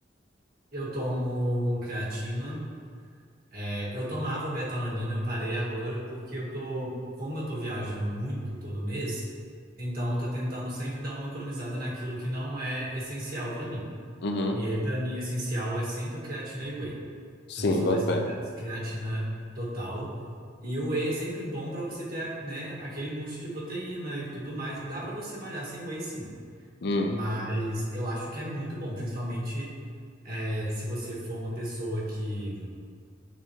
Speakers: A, on the right; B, on the left.
A: Eu tomo creatina É, eu tomava betalanina, eu parei agora porque eu tô, como eu tô viajando muito todo mês, então eu tô tentando sempre dar uma economizada naquilo que não é essencial pra mim.
B: Uhum.
A: E pra mim essencial é sempre creatina e whey.
B: Sim,
A: Pra mim são
B: boto
A: os essenciais.
B: fé.
A: Creatina total e o whey é sempre bom pra você ter, né, aquele boost de proteína e tudo mais. Dá pra você malhar sem whey, sim.
B: Hum,
A: Mas eu acho que é muito bom, principalmente é, se você for uma pessoa que